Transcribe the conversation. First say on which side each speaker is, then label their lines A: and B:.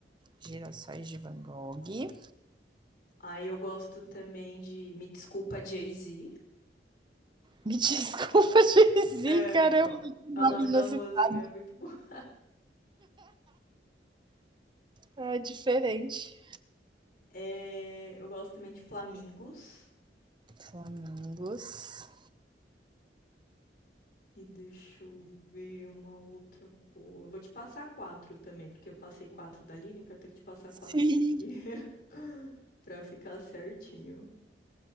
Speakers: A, on the right (about 25°); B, on the left (about 60°).
A: Girassóis de Van Gogh.
B: Aí eu gosto também de Me Desculpa Jay-Z.
A: Me <laughs> desculpa, Jay-Z,
B: É,
A: caramba,
B: é o
A: que nome
B: é o nome
A: inusitado,
B: da música, é muito bom. <laughs>
A: é diferente.
B: É, eu gosto também de Flamingos.
A: Flamingos.
B: E deixa eu ver uma outra boa. Eu vou te passar quatro também, porque eu passei quatro da Lineker, eu tenho que te passar
A: Sim.
B: quatro dele. <laughs> Pra ficar certinho.